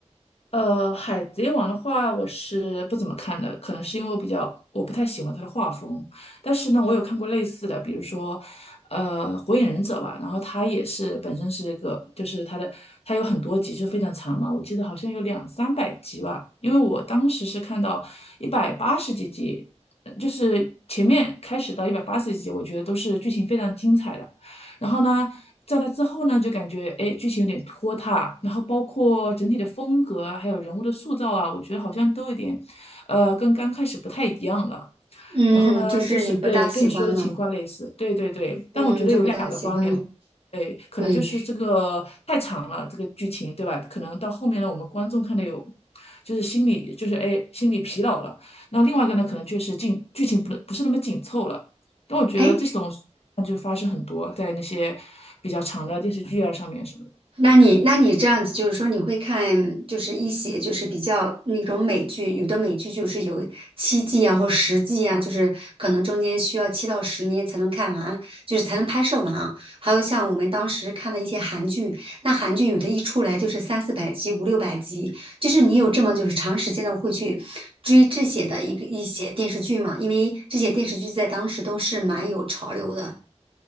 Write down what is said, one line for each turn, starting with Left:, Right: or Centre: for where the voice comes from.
Left: 呃，海贼王的话，我是不怎么看的，可能是因为我比较我不太喜欢他的画风。但是呢，我有看过类似的，比如说，呃，火影忍者吧，然后他也是本身是一个，就是他的他有很多集，就非常长嘛，我记得好像有两三百集吧，因为我当时是看到一百八十几集，呃就是前面开始到一百八十几集，我觉得都是剧情非常精彩的。然后呢，在那之后呢，就感觉哎，诶剧情有点拖沓，然后包括整体的风格啊，还有人物的塑造啊，我觉得好像都有点，呃，跟刚开始不太一样了。
Right: 嗯，
Left: 然后呢，
Right: 就是你不大喜欢了，
Left: 就是对跟你说的情况类似，对对对，
Right: 嗯，
Left: 但我觉得有两个方面吧，
Right: 就不大喜欢了。
Left: 对，可能就是这个太长了，
Right: 对，
Left: 这个剧情对吧？可能到后面呢，我们观众看的有，就是心里就是哎心里疲劳了。那另外一个呢，可能就是进剧情不不是那么紧凑了。但我觉得这种那就发生很多在那些比较长的电视剧啊上面什么的
Right: 哎，那你那你这样子，就是说你会看，就是一些就是比较那种美剧，有的美剧就是有七季啊或十季啊，就是可能中间需要七到十年才能看完，就是才能拍摄完啊。还有像我们当时看的一些韩剧，那韩剧有的一出来就是三四百集、五六百集，就是你有这么就是长时间的会去追这些的一个一些电视剧嘛？因为这些电视剧在当时都是蛮有潮流的，